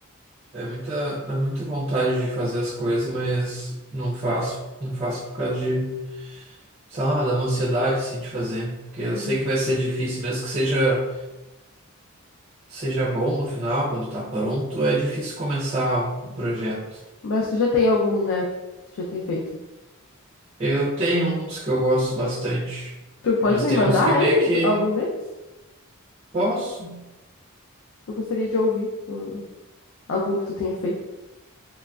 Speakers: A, on the right; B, on the left.
A: é muita, é muita vontade de fazer as coisas, mas não faço, não faço por causa de, sei lá, dá uma ansiedade assim de fazer. Porque eu
B: Uhum.
A: sei que vai ser difícil, mesmo que seja, seja bom no final, quando tá pronto, é difícil começar um projeto.
B: Mas tu já tem algum, né? Tu já tem feito.
A: Eu tenho uns que eu gosto bastante,
B: Tu pode
A: mas
B: me
A: tem
B: mandar
A: uns que meio
B: ele?
A: que
B: Algum deles?
A: posso.
B: Eu gostaria de ouvir uh, algum que tu tenha feito.